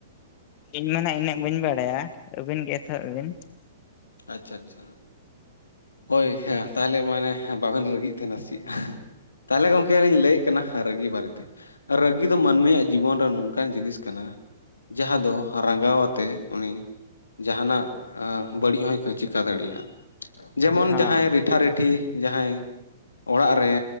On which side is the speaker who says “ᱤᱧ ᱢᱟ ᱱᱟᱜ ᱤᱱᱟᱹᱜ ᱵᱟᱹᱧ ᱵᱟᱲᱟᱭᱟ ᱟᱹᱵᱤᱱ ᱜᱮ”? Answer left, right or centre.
Left